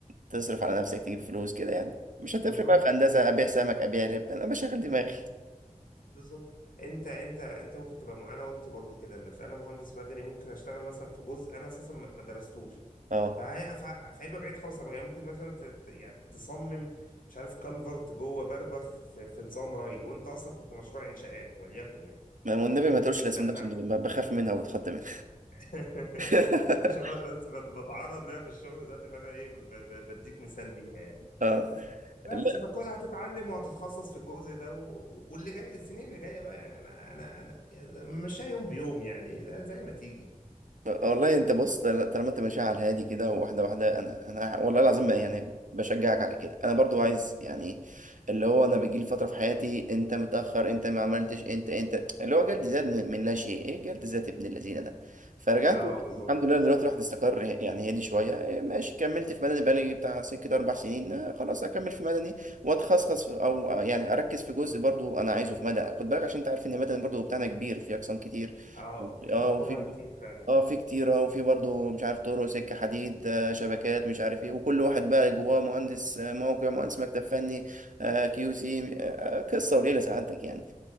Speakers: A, on the right; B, on the left.
A: تصرف على نفسك تجيب فلوس كده يعني مش هتفرق
B: بالظبط
A: بقى في هندسه ابيع سمك ابيع لب انا بشغل دماغي
B: بالظبط انت انت انت ممكن تبقى م... انا قلت برضو كده لنفسي انا مهندس مدني ممكن اشتغل مثلا في جزء انا اساسا ما ما درستوش
A: اه
B: فهي... فه- فهيبقى بعيد خالص عن مجالي ممكن مثلا ت... ت- يعني تصمم مش عارف كالفرت جوه بربخ في... في نظام ري وانت اصلا كنت مشروع انشاءات وليكن يعني
A: ما- والنبي ما تقولش الاسم
B: ف... ف...
A: ده عشان ب- بخاف منها وبتخض منها
B: <laughs>
A: <laughs>
B: عشان ب- بس بت- بتعرض ليها في الشغل دلوقتي فانا ايه ب... ب... بديك مثال بيها يعني
A: اه
B: بس
A: لا
B: فكل هتتعلم وهتتخصص في الجزء ده و... واللي جاي السنين اللي جايه بقى يعني انا انا انا يعني مش يوم بيوم يعني زي, زي ما تيجي
A: والله انت بص طال- طالما انت ماشي على الهادي كده واحده واحده انا انا والله العظيم ما- يعني بشجعك على كده انا برضو عايز يعني اللي هو انا بيجي لي فتره في حياتي انت متاخر انت ما عملتش انت انت اللي هو جلد ذات من من لا شيء ايه جلد ذات ابن الذين ده فرجعت
B: اه بالظبط
A: الحمد لله دلوقتي الواحد استقر يعني هدي شويه إيه ماشي كملت في مدني بقالي بتاع سكه كده اربع سنين آه، خلاص اكمل في مدني واتخصص في- او آه، يعني اركز في جزء برضو انا عايزه في مدني خد بالك عشان انت عارف ان مدني برضو بتاعنا كبير في اقسام كتير
B: اه
A: اه
B: بحورها
A: وفي
B: كتير فعلا
A: اه في كتيرة وفي برضو مش عارف طرق سكة حديد آه، شبكات مش عارف ايه وكل واحد بقى جواه مهندس آه، موقع مهندس مكتب فني آه، كيو سي آه، آه، قصة وليلة سعادتك يعني